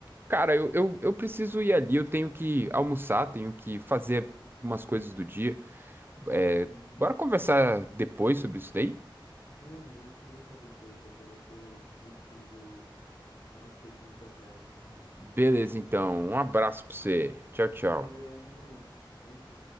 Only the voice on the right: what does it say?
Cara, eu, eu, eu preciso ir ali, eu tenho que almoçar, tenho que fazer umas coisas do dia. É,
bora conversar depois sobre isso daí?
Beleza, então. Um abraço pra você. Tchau, tchau.